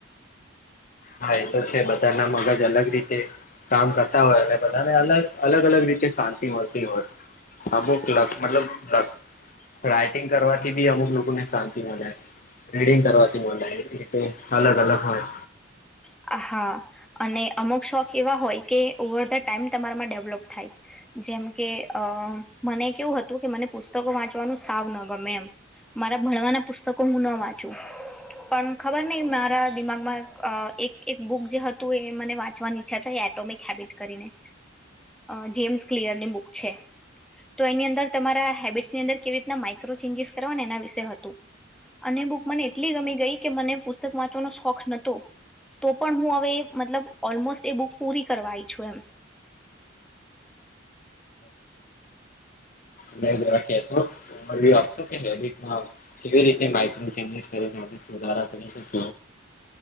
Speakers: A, on the left; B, in the centre.
A: હા એ તો છે બધાના મગજ અલગ રીતે, કામ કરતા હોય અને બધાને અલગ અલગ અલગ રીતે શાંતિ મળતી હોય. અમુક લખ મતલબ લખ રાઈટિંગ કરવાથી ભી અમુક લોકોને શાંતિ મળે, રીડિંગ કરવાથી મળે, અલગ અલગ હોય.
B: હા અને અમુક શોખ એવા હોય, કે ઓવર ધ ટાઈમ તમારામાં ડેવલોપ થાય જેમ કે અ મને કેવું હત કે મને પુસ્તકો વાંચવાનું સાવ ન ગમે એમ મારા ભણવાના પુસ્તકો હું ન વાચું, પણ ખબર નહી મારા દિમાગમાં અ એક, એક બુક જે હતું એ મને વાંચવાની ઈચ્છા થાયી એટોમિક હેબિટ કરીને, અ જેમ્સ ક્લિયર ની બુક છે. તો એની અંદર તમારા હેબિટ્સની અંદર કેવી રીતના માઇક્રો ચેન્જીસ કરવાના એના વિશે હતું. અને બુક મને એટલી ગમી ગઈ કે મને પુસ્તક વાંચવાનો શોખ નોતો, તો પણ હું હવે મતલબ ઓલમોસ્ટ એ બુક પૂરી કરવા આયી છું એમ,
A: બ જરા કેસો <unintelligible> આપશું કે <unintelligible> હા કેવી રીતે માઈક્રો ચેન્જીસ કર આપાર કરીશ, <unintelligible>